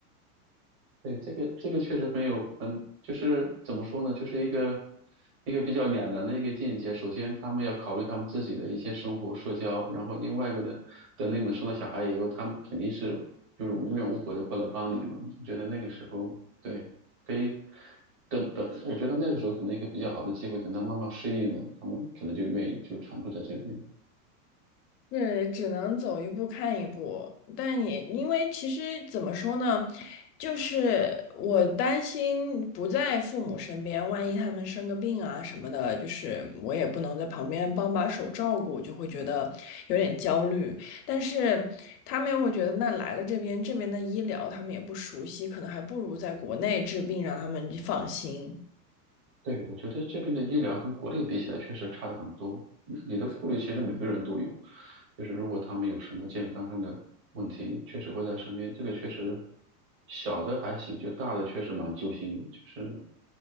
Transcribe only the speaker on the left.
是只能走一步看一步，但也因为其实怎么说呢，就是我担心不在父母身边，万一他们生个病啊什么的，就是我也不能在旁边帮把手照顾，就会觉得有点焦虑。但是他们又会觉得，那来了这边，这边的医疗他们也不熟悉，可能还不如在国内治病，让他们放心。